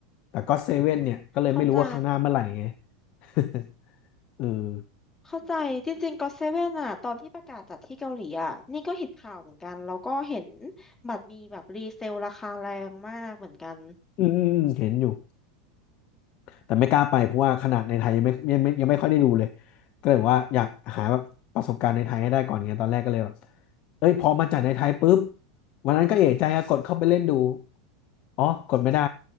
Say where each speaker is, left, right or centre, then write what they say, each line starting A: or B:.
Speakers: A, on the left; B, on the left.
A: แต่ก็เซเว่นเนี่ยก็เลยไม่รู้ว่าข้างหน้าเมื่อไหร่ไง
B: เข้าใจ
A: <laughs> เออ
B: เข้าใจ จริงๆก็เซเว่นอ่ะตอนที่ประกาศจัดที่เกาหลีอ่ะนี่ก็เห็นข่าวเหมือนกัน แล้วก็เห็นบัตรมีแบบรีเซลราคาแรงมากเหมือนกัน
A: อืมอืมอืมเห็นอยู่ แต่ไม่กล้าไปเพราะว่าขนาดในไทยยังไม่ยังไม่ยังไม่ค่อยได้ดูเลยก็เลยบอกว่าอยากหาแบบประสบการณ์ในไทยให้ได้ก่อนไงตอนแรกก็เลยแบบเอ้ยพอมาจากในไทยปุ๊บวันนั้นก็เอะใจอะกดเข้าไปเล่นดูอ๋อกดไม่ได้